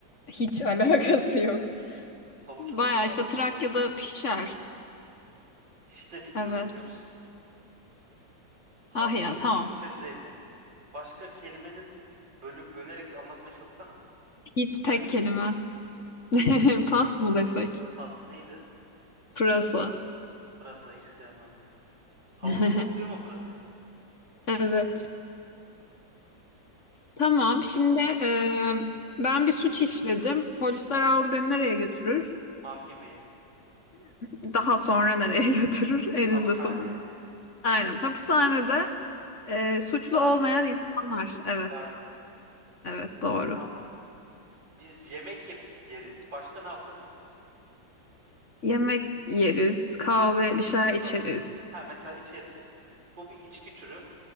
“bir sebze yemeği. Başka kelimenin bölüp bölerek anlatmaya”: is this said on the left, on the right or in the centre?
Right